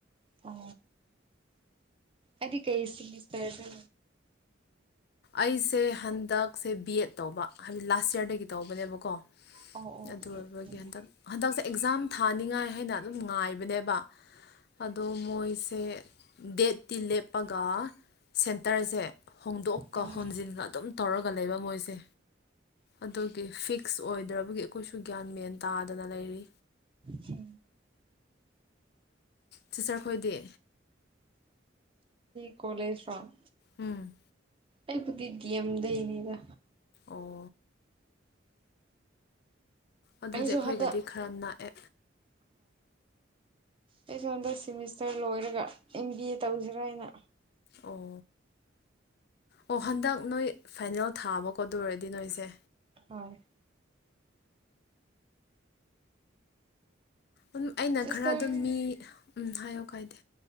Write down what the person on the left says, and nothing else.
ꯑꯩꯁꯦ ꯍꯟꯗꯛꯁꯦ ꯕꯤ ꯑꯦꯠ ꯇꯧꯕ ꯍꯥꯏꯕꯗꯤ ꯂꯥꯁ ꯌꯔꯗꯒꯤ ꯇꯧꯕꯅꯦꯕꯀꯣ
ꯑꯗꯨ
ꯑꯣꯏꯕꯒꯤ ꯍꯟꯗꯛ ꯍꯟꯗꯛꯁꯦ ꯑꯦꯛꯖꯥꯝ ꯊ ꯊꯥꯅꯤꯡꯉꯥꯏ ꯍꯥꯏꯅ ꯑꯗꯨꯝ ꯉꯥꯏꯕꯅꯦꯕ ꯑꯗꯣ ꯃꯣꯏꯁꯦ ꯗꯦꯠꯇꯤ ꯂꯦꯞꯄꯒ ꯁꯦꯟꯇꯔꯁꯦ ꯍꯣꯡꯗꯣꯛꯀ
ꯍꯣꯟꯖꯤꯟꯒ ꯑꯗꯨꯝ ꯇꯧꯔꯒ ꯂꯩꯕ ꯃꯣꯏꯁꯦ ꯑꯗꯨꯒꯤ ꯐꯤꯛꯁ ꯑꯣꯏꯗ꯭ꯔꯕꯒꯤ ꯑꯩꯈꯣꯏꯁꯨ ꯒ꯭ꯌꯥꯟ ꯃꯦꯟ ꯇꯥꯗꯅ ꯂꯩꯔꯤ
ꯆꯇꯔ ꯈꯣꯏꯗꯤ
ꯎꯝ
ꯑꯣ ꯑꯗꯨꯗꯤ
ꯑꯩꯈꯣꯏꯒꯗꯤ
ꯈꯔ ꯅꯛꯑꯦ
ꯑꯣ ꯑꯣ ꯍꯟꯗꯛ ꯅꯣꯏ ꯐꯥꯏꯅꯦꯜ ꯊꯥꯕꯀꯣ ꯑꯗꯨꯔꯗꯤ ꯅꯣꯏꯁꯦ
ꯎꯝ ꯑꯩꯅ
ꯈꯔ ꯑꯗꯨꯝ ꯃꯤ ꯎ ꯍꯥꯏꯌꯣ ꯀꯥꯏꯗꯦ